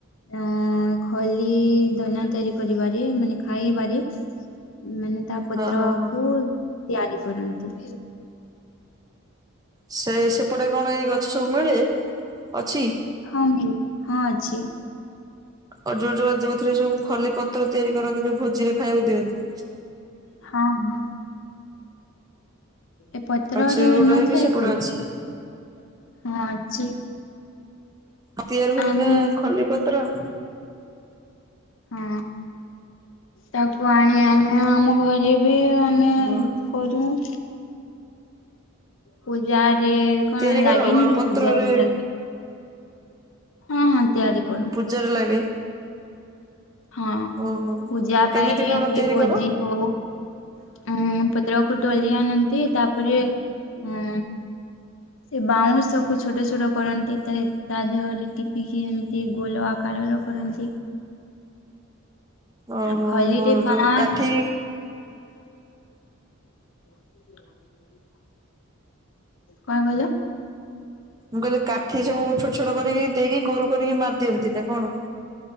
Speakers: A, on the left (about 65°); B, on the right (about 15°).
A: ହଁ ଅ ଖଲି ଦନା ତିଆରି କରିବାରେ ମାନେ ଖାଇବାରେ ମାନେ ତା ପତ୍ରକୁ
B: ହଁ ହଁ ହଁ।
A: ତିଆରି କରନ୍ତି।
B: ସେ ସେପଟେ କଣ ଏଇ ଗଛ ସବୁ ମିଳେ ଅଛି।
A: ହଁ ମିଳେ ହଁ ଅଛି।
B: ଅ ଯୋଉ ଯୋଉ ଯୋଉଥିରେ ସବୁ ଖଲିପତ୍ର ତିଆରି କରନ୍ତି। ଯୋଉ ଭୋଜିରେ ଖାଇବାକୁ ଦିଅନ୍ତି।
A: ହଁ ହଁ ଏ ପତ୍ରରେ
B: ଆଉ ସେଗୁଡା
A: ନଥାଏ
B: ବି ସେପଟେ
A: କି?
B: ଅଛି
A: ହଁ ଅଛି।
B: ଆଉ ତିଆରି ହୁଏନି
A: ଆମେ
B: ଖଲିପତ୍ର।
A: ହଁ ତାକୁ ଆଣି ଆମେ ଆମ ଘରେ ବି ଆମେ
B: ଗ୍ରନ
A: କରୁଉଁ। ପୂଜାରେ କଣ
B: ତିଆରି କର
A: ଲାଗେନି
B: ବା
A: କି
B: ପତ୍ରରେ
A: ପୂଜାରେ ଲାଗେ। ହଁ ହଁ ତିଆରି କରୁ।
B: ଜର ଲାଗେ।
A: ହଁ
B: ଓହୋ।
A: ପୂଜା
B: କେମିତି
A: ପାଇଁ
B: କଣ
A: କିଏ
B: ତିଆରି
A: ଭୋଜି
B: କର
A: ହଉ ଉଁ ପତ୍ରକୁ ତୋଲି ଆଣନ୍ତି ତାପରେ ଉଁ ଏ ବାଉଁଶକୁୁ ଛୋଟ ଛୋଟ କରନ୍ତି ତା ଦେହରେ ଟିପିକି ଏମିତି ଗୋଲ୍ ଆକାରର କରାନ୍ତି।
B: ଓହୋ
A: ଖଲିରେ ପାଞ୍ଚ
B: ଯଉ କାଠି
A: <inaudible> କଣ୍ କହିଲ?
B: ମୁଁ କହିଲି କାଠି ସବୁ ଛୋଟ୍ ଛୋଟ୍ କରିକି ଦେଇକି ଗୋଲ୍ କରିକି ମାରି ଦିଅନ୍ତି ନା କଣ?